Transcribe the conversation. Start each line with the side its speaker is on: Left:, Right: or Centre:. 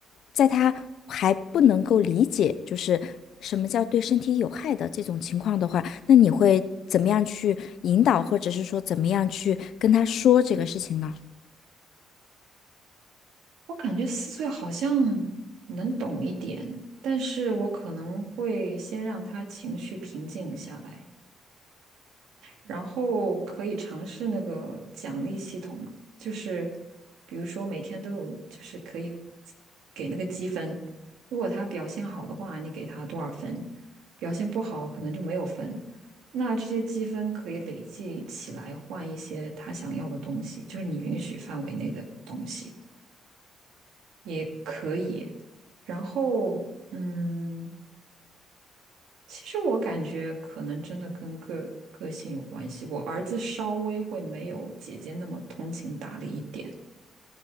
Left: 在她还不能够理解就是什么叫对身体有害的这种情况的话，那你会怎么样去引导，或者是说怎么样去跟她说这个事情呢？
Right: 我感觉四岁好像能懂一点，但是我可能会先让他情绪平静下来。然后可以尝试那个奖励系统嘛，就是比如说每天都有，就是可以给那个积分，如果他表现好的话，你给他多少分；表现不好，可能就没有分。那这些积分可以累计起来换一些他想要的东西，就是你允许范围内的东西也可以。然后，嗯。其实我感觉可能真的跟个个性有关系。我儿子稍微会没有姐姐那么通情达理一点，